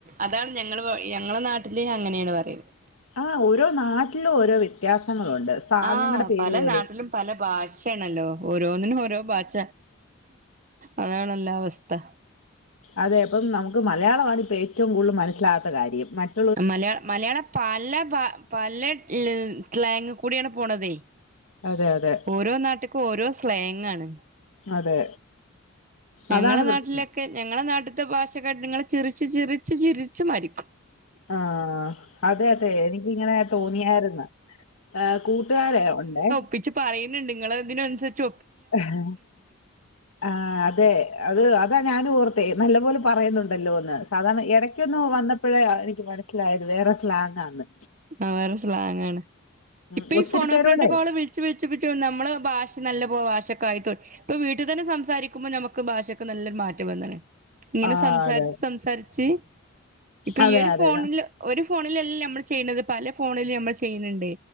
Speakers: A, on the right; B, on the left.
A: അതാണ് ഞങ്ങള്ൾ ഞങ്ങളെ നാട്ടില് അങ്ങനെയാണ് പറയുന്നത്
B: ആഹ് ഓരോ നാട്ടിലും ഓരോ വ്യത്യാസങ്ങളുണ്ട് സാധനങ്ങളുടെ
A: ആഹ്
B: പേര്
A: പല
B: പോലും
A: നാട്ടിലും പല ഭാഷയാണല്ലോ ഓരോന്നിനും ഓരോ ഭാഷ അതണല്ല അവസ്ഥ
B: അതേ അപ്പം നമുക്ക് മലയാളമാമാണ് ഇപ്പോൾ ഏറ്റവും കൂടുതൽ മനസ്സിലാത്ത കാര്യം മറ്റ്
A: മലയാള മലയാളം പല പല ക്ലാങ് കൂടിയാണ് പോണതേ
B: അതെ അതെ
A: ഓരോ നാട്ടക്കും ഓരോ സ്ലേങ്ങണ്
B: അതെ
A: ഞങ്ങളെ
B: അതാണ്
A: നാട്ടിലൊക്കെ
B: പ്രശ്നം
A: ഞങ്ങളെ നാട്ടിലത്തെ ഭാഷകട്ടങ്ങളെ ചിച്ച് ചിച്ച് ചിരിച്ച് മരിക്കും
B: ആഹ് അതെ അതെ എനിക്കിങ്ങനെ തോന്നിയായിരുന്നു കൂട്ടുകാരെ ഉണ്ടേ
A: ഒപ്പിച്ചച്ച് പറയുന്നുണ്ട് നിങ്ങളൾ അതിനനുസരിച്ച്
B: ആഹ ആഹ് അതെ അത് അതാ ഞാനും ഓർത്ത നല്ല പോലെ പറയുന്നുണ്ടല്ലോന്ന് അതാണ് ഇടക്കൊന്ന് വന്നപ്പോഴേ എനിക്ക് മനസ്സിലായത് വേറെ സ്ലാങ്ങ ആന്ന്
A: ആ വേറെ സ്ലാങ്ങാണ്
B: ഉം
A: ഇപ്പൊ ഈ
B: ഒത്തിരി
A: ഫോണോ
B: പേരോടെ
A: ഫ്രണ്ട് കോള് വിള വിച്ച് വിളിച്ച്പ്പിച്ചോ നമ്മള് ഭാഷ നല്ല ഭാഷക്കായി ഇപ്പൊ വീട്ടി തന്നെ സംസാരിക്കുമ്പോ നമുക്ക് ഭാഷയക്കെ നല്ലൊരു മാറ്റം വന്ന്ണ് ഇങ്ങനെ
B: ആഹ്
A: സംസാരി
B: അതെ
A: സംസാരിച്ച് ഇപ്പൊ
B: അതെ
A: ഈ ഒരു
B: അതെ
A: ഫോണില് ഒരു ഫോണിലല്ലാം നമ്മൾ ചെയ്യണത് പല ഫോണിലും നമ്മൾ ചെയ്യുന്നുണ്ട്